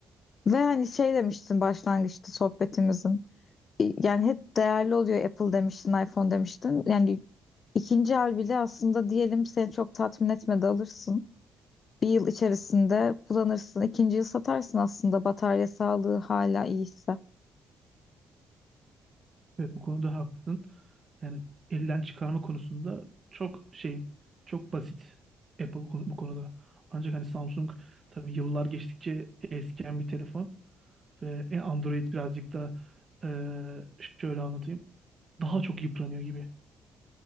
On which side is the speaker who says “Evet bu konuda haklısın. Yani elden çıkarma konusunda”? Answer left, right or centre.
Right